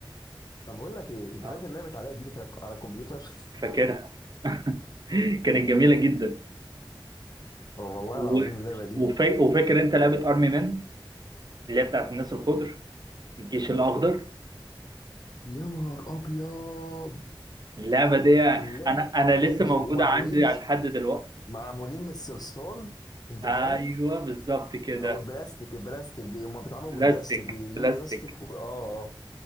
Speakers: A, on the left (about 50°); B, on the right (about 50°).
A: طب بقول لك ايه انت
B: آه،
A: فاكر لعبه علاء الدين كانت على الكمبيوتر
B: فاكرها <laughs> كانت جميلة جدا
A: <laughs> والله
B: و...
A: العظيم اللعبه دي
B: وفا... وفاكر انت لعبة ارمي مان اللي هي بتاعت الناس الخضر الجيش الاخضر
A: يا نهار ابيض
B: اللعبة دي
A: اللعبه
B: انا انا
A: كانت
B: لسه
A: بيبقوا
B: موجودة
A: معمولين
B: عندي على لحد دلوقتي
A: معمولين من الصلصال انت
B: ايوه
A: فاهم
B: بالظبط كده
A: او البلاستيك البلاستيك بي... هم بيتعملوا
B: بلاستيك
A: من البلاستيك بيجيبوا
B: بلاستيك
A: بلاستيك و... اه اه